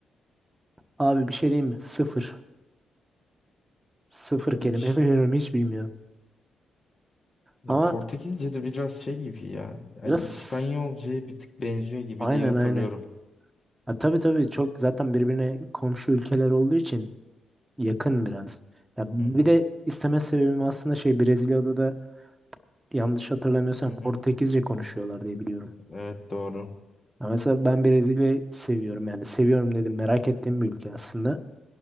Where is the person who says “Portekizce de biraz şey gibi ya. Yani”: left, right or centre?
Left